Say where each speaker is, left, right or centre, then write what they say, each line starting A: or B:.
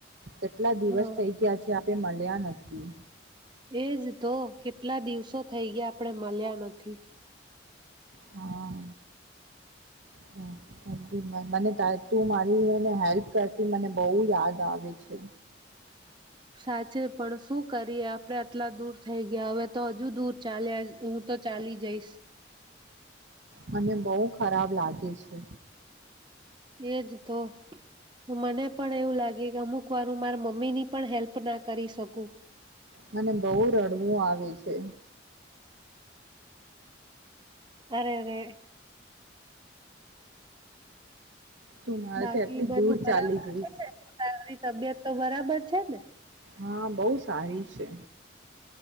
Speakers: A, on the right; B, on the right.
A: કેટલા દિવસ
B: હા
A: થઈ ગયા છે આપણે મળ્યા નથી
B: એજ તો કેટલા દિવસો થઈ ગયા આપણે મળ્યા નથી
A: હા. હા, મને તું મારી એને હેલ્પ કરતી મને બહુ યાદ આવે છે
B: સાચે પણ શું કરીએ આપડે આટલા દૂર થઈ ગયા હવે તો હજુ દૂર ચાલ્યા હું તો ચાલી જઈશ.
A: મને બહુ ખરાબ લાગે છે.
B: એજ તો મને પણ એવું લાગે કે અમુક વાર હું મારા મમ્મી ની પણ હેલ્પ ના કરી શકું.
A: મને બહુ રડવું આવે છે.
B: અરેરે
A: તું મારાથી
B: બાકી
A: આટલી
B: બધું
A: દૂર
B: બરાબર
A: ચાલી જઈશ
B: છે, ને તારી તબિયત! તો બરાબર છે ને!
A: હા બહુ સારી છે.